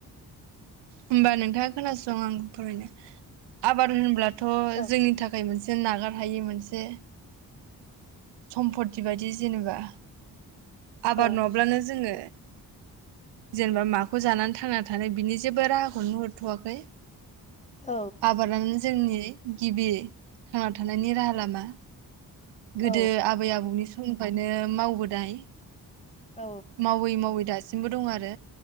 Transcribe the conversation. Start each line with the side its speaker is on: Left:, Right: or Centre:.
Right: होमबा नोंथाङा खोनासं आं फोरमायनो आबाद होनब्ला थ'
Left: औ
Right: जोंनि थाखाय मोनस जों नागारहायि मोनसे सम्पती बायदि जेनेबा आबाद
Left: औ
Right: नङाब्लानो जोङो जेनबा माखौ जानानै थांना थानो बिनि जेबो राहाखौ नुहरथ'वाखै
Left: औ
Right: आबादानो जोंनि गिबि थांना थानायनि राहा लामा
Left: औ
Right: गोदो आबै आबौनि स <unintelligible> नो मावबोदाय
Left: औ
Right: मावै मावै दास सिमबो दं आरो